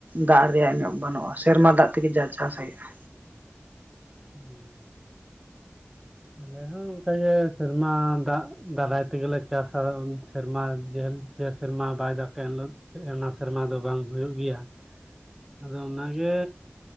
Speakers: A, on the right (about 40°); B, in the centre.
A: ᱫᱟᱜ ᱨᱮᱭᱟᱜ ᱮᱱᱚᱜ ᱵᱟᱹᱱᱩᱜᱼᱟ ᱥᱮᱨᱢᱟ ᱫᱟᱜ ᱛᱮᱜᱮ ᱡᱟ ᱪᱟᱥ ᱦᱩᱭᱩᱜᱼᱟ
B: ᱦᱩᱸ ᱟᱞᱮ ᱦᱚᱸ ᱚᱱᱠᱟᱜᱮ ᱥᱮᱨᱢᱟ ᱫᱟᱜ ᱫᱟᱨᱟᱭ ᱛᱮᱜᱮᱞᱮ ᱪᱟᱥᱟ ᱥᱮᱨᱢᱟ ᱡᱟᱹᱞ᱾ ᱡᱮ ᱥᱮᱨᱢᱟ ᱵᱟᱭ ᱫᱟᱠᱟᱭ ᱤᱱᱮᱦᱤᱞᱚ ᱚᱱᱟ ᱥᱮᱨᱢᱟ ᱫᱚ ᱵᱟᱝ ᱦᱩᱭᱩᱜ ᱜᱮᱭᱟ ᱟᱫᱚ ᱚᱱᱟᱜᱮ